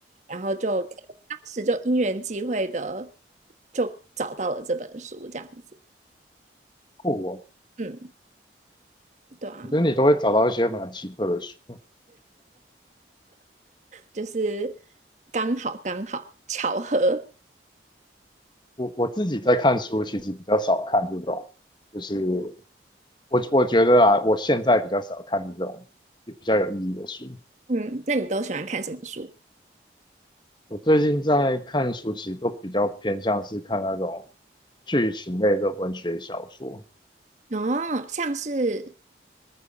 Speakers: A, on the right (about 40°); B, on the left (about 25°).
A: 然后就当时就因缘际会的就找到了这本书，这样子。
B: 酷哦。
A: 嗯，对啊，
B: 我觉得你都会找到一些蛮奇特的书。
A: 就是刚好刚好巧合。
B: 我我自己在看书，其实比较少看这种，就是我我觉得啊，我现在比较少看这种比较有意义的书。
A: 嗯，那你都喜欢看什么书？
B: 我最近在看书，其实都比较偏向是看那种剧情类的文学小说。
A: 哦，像是